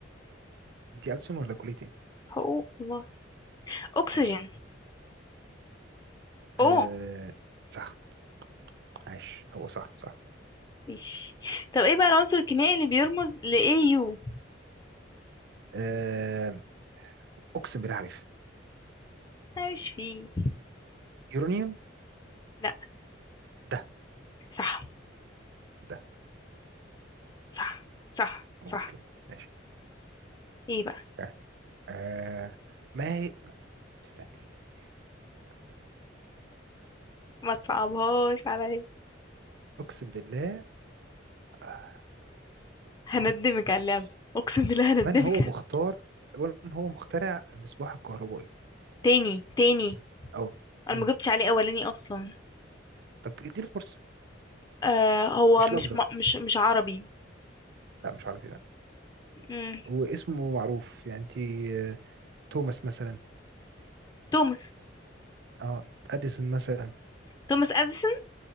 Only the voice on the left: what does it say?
هو الله اكسجين
اوه
ماشي طب ايه بقى العنصر الكيميائي اللي بيرمز ل AU
انا مش فيه
لا
صح
صح صح
صح
ايه بقى
ما تصعبهاش عليا
هندمك على اللعبة
اقسم بالله هندمك
على
تاني تاني
انا
ما جبتش عليه اولاني اصلا
آه هو
مش
م- مش مش عربي
مم.
توماس
توماس اديسون